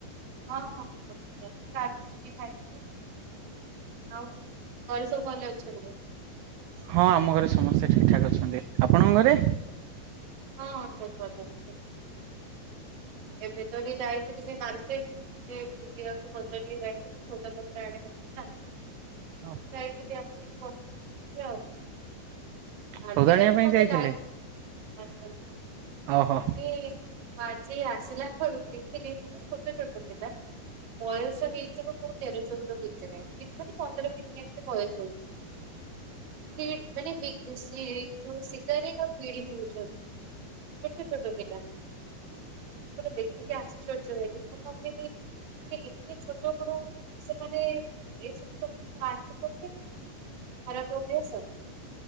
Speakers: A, on the right; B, on the right.
A: ହଁ <unintelligible> ଚା ବିସ୍କୁଟ ଖାଇଥିଲି। ଆଉ ଘରେ ସବୁ ଭଲ ଅଛନ୍ତି?
B: ହଁ ଆମ ଘରେ ସମସ୍ତେ ଠିକ ଠାକ୍ ଅଛନ୍ତି, ଆପଣଙ୍କ ଘରେ?
A: ହଁଁ ଠିକ୍ ଠାକ୍ ଅଛି। ଏବେ ତ ଏଇ ଯାଇଥିଲୁ ମାର୍କେଟ। ସେ ବୁଲିଆକୁ ବଜାର ଟିକେ ଯାଇଥିଲି ସୌଦା ପତ୍ର ଆଣିବାକୁ ନା।
B: ହଁ।
A: ଯାଇକି ବି ଆସିକି ବସିଛି। <unintelligible> ଆଉ ଆଜିକାଲି
B: ସଉଦା ଆଣିବା ପାଇଁ
A: ମତେ
B: ଯାଇଥିଲେ?
A: ଲାଗ ମୁଁ
B: ଓହୋ
A: ଆଜି ଆସିଲା <unintelligible> ଦେଖିଲି ଛୋଟ ଛୋଟ ପିଲା। ବୟସ ହେଇଯିବ କୋଉ ତେର ଚଉଦ ଭିତରେ ମାନେ ପନ୍ଦର ଭିତରେ ଏମିତି ବୟସ ହେଇ ମାନେ ଏ ଯୋଉ ଶିଗାରେଟ ଆଉ ପିଡି ପିଉଛନ୍ତି। ଛୋଟ ଛୋଟ ପିଲା। ମାନେ ଦେଖିକି ଆଶ୍ଚର୍ଯ୍ୟ ହେଲି ମୁଁ ଭାବିଲି ମାନେ ଏତେ ଛୋଟ କଣ ସେମାନେ ଏସବୁ ସବୁ <unintelligible> ଖରାପ ଅଭ୍ୟାସ।